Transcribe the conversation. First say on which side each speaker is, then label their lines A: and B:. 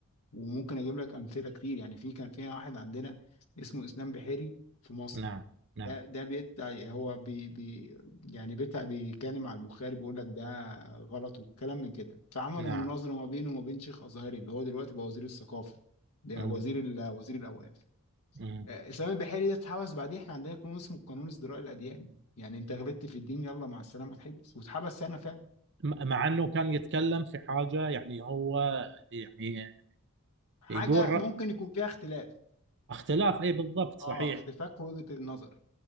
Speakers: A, on the left; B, on the right.
A: وممكن اجيب لك امثله كتير يعني في كان فيها واحد عندنا اسمه اسلام بحيري في مصر
B: نعم نعم
A: ده ده بيتع هو بي بي يعني بيتع بيكلم على البخاري بيقول لك ده غلط والكلام من كده فعملوا
B: نعم
A: مناظره ما بينه وما بين شيخ ازهري اللي هو دلوقتي بقى وزير الثقافه ده
B: مم.
A: وزير ال- وزير الاوقاف
B: مم.
A: آه، سامي البحيري ده اتحبس بعديه احنا عندنا قانون اسمه قانون ازدراء الاديان يعني انت غلطت في الدين يلا مع السلامه اتحبس واتحبس سنه فعلا
B: م- مع انه كان يتكلم في حاجه يعني هو يعني
A: حاجه
B: يقول ر-
A: ممكن يكون فيها اختلاف
B: اختلاف اي بالضبط صحيح
A: اه اختفاء في وجهه النظر